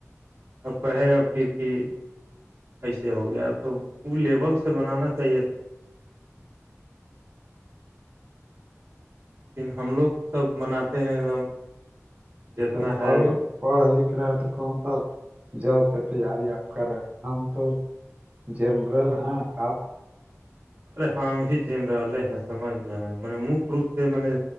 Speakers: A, on the right; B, on the right.
A: اب کہے گا پھر کہ ایسے ہو گیا تو وہ لیول سے بنانا چاہیے تھا لیکن ہم لوگ سب مناتے ہیں ایک دم جتنا
B: پ
A: ہے
B: پر پڑھا لکھ رہا ہے تو کون سا جاب کے تیاری آپ کر رہے ہیں ہم تو جنرل ہاں آپ
A: ارے ہم بھی جین والے ہیں سجھ گئے ہیں م مک روپ سے م نے